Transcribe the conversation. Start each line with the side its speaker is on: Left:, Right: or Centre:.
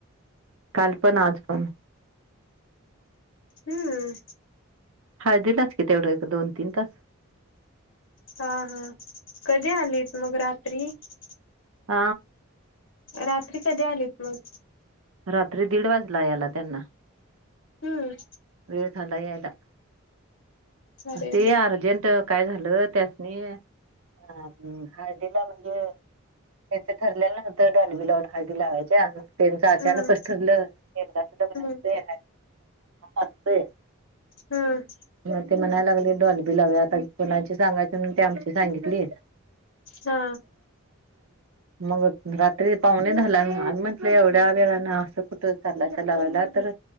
Right: काल पण, आज पण.
Left: हम्म.
Right: हळदीलाच कि तेवढं एक, दोन, तीन तास.
Left: हा हा कधी आलीत मग रात्री? त्री
Right: आ
Left: रात्री कधी आलीस, मग.
Right: रात्री दीड वाजला याला त्यांना.
Left: हम्म.
Right: वेळ झाला यायला.
Left: अरे
Right: ते अर्जेंट काय झालं, त्यासनी हा हम्. हाळदीला म्हणजे हेथ ठरलेलं नवतं डॉल्बी लावून हळदी लावायच्या त्यांचं अचानकच
Left: हम्म
Right: ठरलं एकदाचं लग्न
Left: हम्म
Right: हुतय असतय.
Left: हम.
Right: म ते म्हणायला लागले डॉल्बी लावूयात. कुणाची सांगायची म्हणून ती आमची सांगितली.
Left: हा
Right: मग रात्री पाहुणे दहाला आणि म्हंटलं एवढ्या वेळाने असं कुठ ला लावायला तर